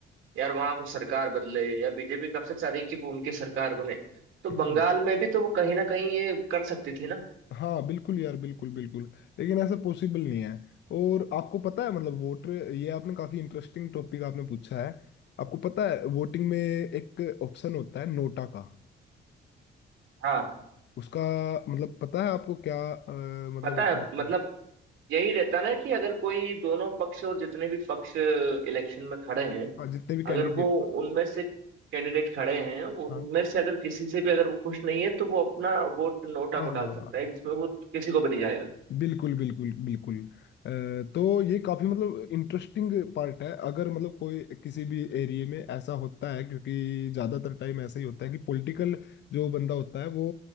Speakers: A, on the right (about 75°); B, on the left (about 60°).
A: यार वहां को सरकार बदले या बीजेपी कब से चाह रही कि वो उनकी सरकार बने तो
B: हम्म,
A: बंगाल में भी तो वो कहीं ना कहीं ये कर सकती थी ना
B: हाँ बिल्कुल यार बिल्कुल बिल्कुल लेकिन ऐसा पॉसिबल नहीं है और आपको पता है मतलब वोटर ये आपने काफी इंटरेस्टिंग टॉपिक आपने पूछा है आपको पता है वोटिंग में एक ऑप्शन होता है नोटा का
A: हाँ
B: उसका मतलब पता है आपको क्या अ, मतलब
A: पता
B: होता
A: है
B: है उसका
A: मतलब यही रहता ना कि अगर कोई दोनों पक्ष और जितने भी पक्ष इलेक्शन में खड़े हैं
B: हाँ जितने भी कैंडिडेट
A: अगर वो उनमें से कैंडिडेट खड़े हैं उनमें
B: हाँ
A: से अगर किसी से भी अगर वो खुश नहीं है तो वो अपना वोट नोटा
B: हाँ
A: को
B: हाँ,
A: डाल सकता
B: हाँ, हाँ।
A: है जिसमें वो किसी को भी नहीं जाएगा
B: बिल्कुल बिल्कुल बिल्कुल अ, तो ये काफी मतलब इंटरेस्टिंग पार्ट है अगर मतलब कोई किसी भी एरिया में ऐसा होता है क्योंकि ज्यादातर टाइम ऐसा ही होता है कि पॉलिटिकल जो बंदा होता है वो